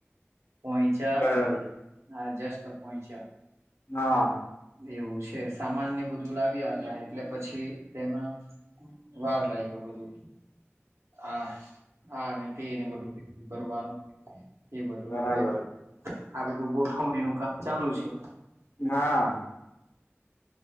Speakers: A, on the right; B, on the left.
A: પહોંચ્યા
B: બરાબર
A: અ આ જસ્ટ પહોંચ્યો.
B: હા.
A: એવું છે સામાનને બધું લાવ્યા હતા એટલે પછી તેમાં વાર લાગ ગયો. બધું હા હા ને તેને બધું જ કરવાનું એ બધું
B: બરાબર
A: હવે આ બધું ગોઠવણીનું કામ ચાલુ છે.
B: હા